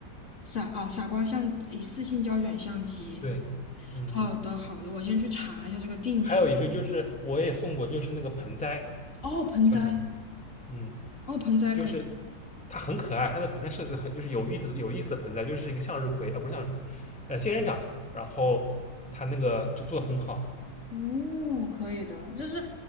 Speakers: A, on the left; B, in the centre.
A: 傻啊、傻瓜相一次性胶卷相机。
B: 对，嗯，
A: 好的好的，我先去查一下这个定制。
B: 还有一个就是我也送过，就是那个盆栽，
A: 哦，盆栽，
B: 突然想起，嗯，
A: 哦盆栽可以，
B: 就是它很可爱，它的盆栽设计得很就是有意思有意思的盆栽，就是一个向日葵啊，呃不是向日葵，呃，仙人掌，然后它那个就做的很好，
A: 哦可以的，就是。